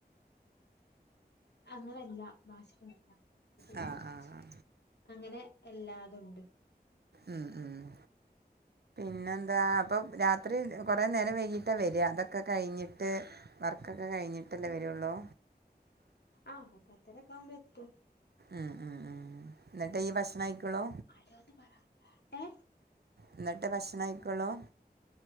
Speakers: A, on the left; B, on the right.
A: അങ്ങനെല്ല വാഷിക്ക <unintelligible>
B: ആ ആ
A: അങ്ങനെ എല്ലാതുണ്ട്
B: ഉം ഉം പിന്നെന്താ അപ്പം രാത്രി കൊറേ നേരം വൈകിട്ടാ വര ഇതൊക്കെ കഴിഞ്ഞിട്ട്. വർക്കൊക്കെ കഴിഞ്ഞിട്ടല്ലേ വരൊള്ളൂ
A: ആഹ് പത്തര കാവുമ്പെത്തും
B: ഉം ഉം ഉം ഇന്നട്ടെ ഈ ഭക്ഷണം കഴി ക്കൊള്ളു.
A: അലോന്ന് പറ ഏഹ്
B: ഇന്നട്ടെ ഭക്ഷണം കഴിക്കൊളൂ